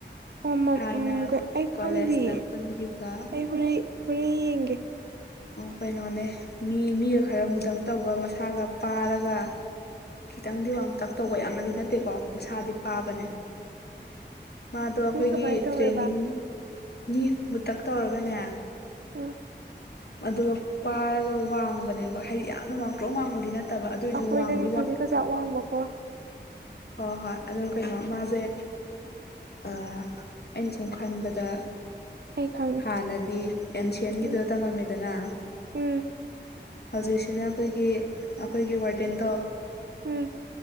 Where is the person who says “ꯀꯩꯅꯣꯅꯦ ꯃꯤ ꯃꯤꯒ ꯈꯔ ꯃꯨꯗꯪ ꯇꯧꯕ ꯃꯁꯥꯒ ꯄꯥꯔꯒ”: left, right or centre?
Left